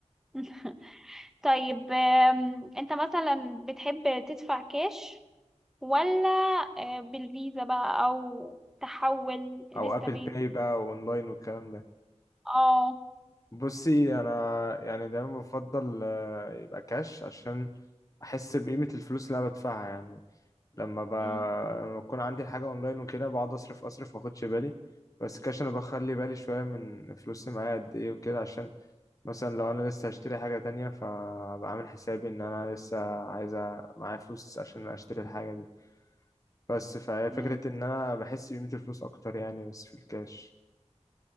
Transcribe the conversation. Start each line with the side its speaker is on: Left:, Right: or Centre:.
Centre: <laughs> طيب آم، أنت مثلا بتحب تدفع كاش ولا آه، بالفيزا بقى أو تحول
Left: او
Centre: لسه
Left: ابل
Centre: بي
Left: باي بقى واونلاين والكلام ده
Centre: اه
Left: بصي انا يعني دايما بفضل آه، يبقى كاش عشان احس بقيمة الفلوس اللي انا بدفعها يعني لما ب...
Centre: مم.
Left: لما بكون عندي حاجة اونلاين وكده بقعد اصرف اصرف ما اخدش بالي بس كاش انا بخلي بالي شوية من فلوسي معايا قد ايه وكده عشان مثلا لو انا لسه هشتري حاجة تانية فابقى عامل حسابي ان انا لسه عايزة معايا فلوس عشان اشتري الحاجة دي بس فهي
Centre: مم.
Left: فكرة ان انا بحس بقيمة الفلوس اكتر يعني بس في الكاش